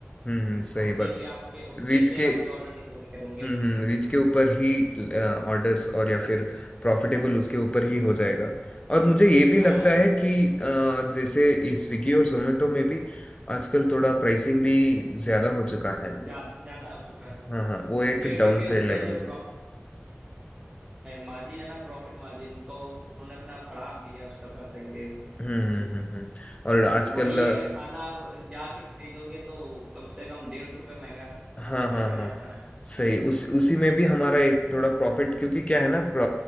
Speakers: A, on the left; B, on the right.
A: हम्म हम्म, सही
B: उसी
A: बात
B: पे आपके उसी
A: रीच
B: पे
A: के
B: आपके ऑर्डर डिपेंड करेंगे
A: हम्म हम्म रीच के ऊपर ही ऑर्डर्स और या फिर प्रॉफिटेबल उसके ऊपर ही हो जाएगा और मुझे ये भी
B: हाँ
A: लगता है कि अ, जैसे ये स्विगी और जोमेटो में भी आजकल थोड़ा प्राइसिंग भी ज्यादा हो चुका है
B: ज्यादा ज्यादा हो चुका है
A: हाँ हाँ वो एक
B: उनके
A: डाउन
B: क्योंकि
A: साइड
B: उनके
A: लगेगा
B: जो
A: मुझे
B: मार्जिन है ना प्रॉफिट मार्जिन उनको उन्होंने अपना बढ़ा दिया है उसका परसेंटेज
A: हम्म हम्म हम्म हम्म। और आजकल
B: वही अगर खाना आप जाके खरीदोगे तो कम से कम डेढ़ सौ रुपये महंगा
A: हाँ
B: सस्ता
A: हाँ
B: पड़
A: हाँ
B: जाता है
A: सही उस उसी में भी हमारा एक थोड़ा प्रॉफिट क्योंकि क्या है ना प्र,